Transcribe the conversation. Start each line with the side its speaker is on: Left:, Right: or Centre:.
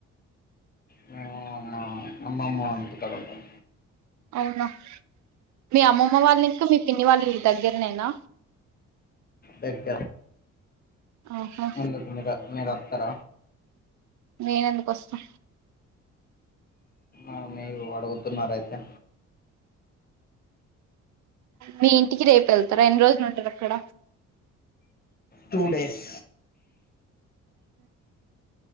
Left: మేము మా అమ్మమ్మ వాళ్ల ఇంటికాడ ఉంటాం.
Right: అవునా మీ అమ్మమ్మ వాళ్ళు ఇంకా మీ పిన్ని వాళ్ళ ఇల్లు దగ్గరనేనా.
Left: దగ్గ
Right: ఆహా
Left: ఎందుకు మీర మీర. అత్తర.
Right: నేనెందుకు ఓస్తా.
Left: అ మీరు అడుగుతున్నారయితే.
Right: మీ ఇంటికి రేపు ఏళ్తారా ఎన్ని రోజులు ఉంటారు అక్కడ.
Left: Two days.